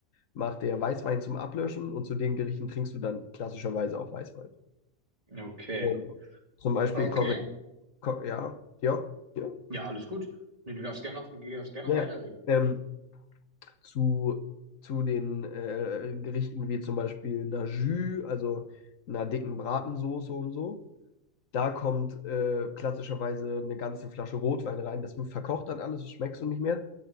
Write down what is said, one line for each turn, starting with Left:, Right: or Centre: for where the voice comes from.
Left: macht der Weißwein zum Ablöschen und zu den Gerichten trinkst du dann klassischerweise auch Weißwein.
Right: Okay.
Left: Und zum Beispiel
Right: Okay.
Left: kommen, ko- ja, ja, ja,
Right: Ja, alles gut. Nee, Du darfst gerne noch, du darfst gerne
Left: ja,
Right: noch weiterreden.
Left: ja. ähm, zu, zu den äh, Gerichten wie zum Beispiel einer Jus, also einer dicken Bratensoße und so. Da kommt äh, klassischerweise eine ganze Flasche Rotwein rein. Das wird verkocht dann alles, das schmeckst du nicht mehr.